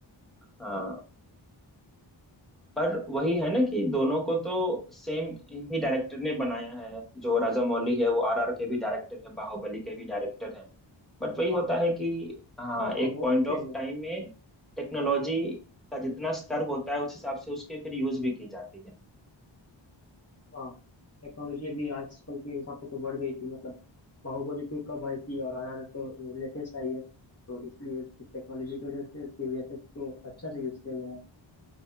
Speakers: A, in the centre; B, on the left.
A: हाँ पर वही है ना कि दोनों को तो सेम ही डायरेक्टर ने बनाया है जो राजा मौली है वो आरआर के भी डायरेक्टर है बाहुबली के भी डायरेक्टर है बट वही होता
B: हाँ
A: है कि हाँ
B: हाँ हाँ
A: एक
B: वो
A: पॉइंट
B: तो
A: ऑफ
B: सेम है
A: टाइम में टेक्नोलॉजी का जितना स्तर होता है उस हिसाब से उसके फिर यूज भी की जाती है
B: हाँ टेक्नोलॉजी अभी आजकल के हिसाब से तो बढ़ गई थी मतलब बाहुबली टू कब आई थी और आरआरआर तो लेटेस्ट आई है तो इसलिए उसकी टेक्नोलॉजी की वजह से उसके वीएफएक्स को अच्छा से यूज किया गया है